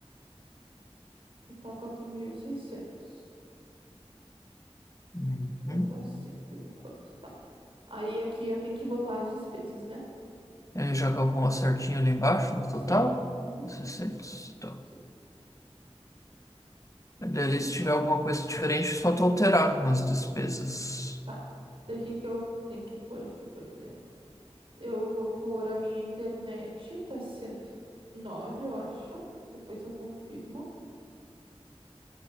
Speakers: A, on the right (about 55°); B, on the left (about 30°).
A: que tá quatro mil e seiscentos
B: Uhum.
A: Vou botar assim, por enquanto, tá. Aí aqui eu tenho que botar as despesas, né?
B: Ele já calculou certinho ali embaixo no total?
A: Sim. Uhum,
B: As receitas? Tá.
A: sim.
B: Daí ali, se tiver alguma coisa diferente, é só tu alterar nas despesas.
A: Tá. Daqui que eu tenho que pôr aqui, por exemplo. Eu vou pôr a minha internet, tá cento e nove eu acho. Depois eu confirmo.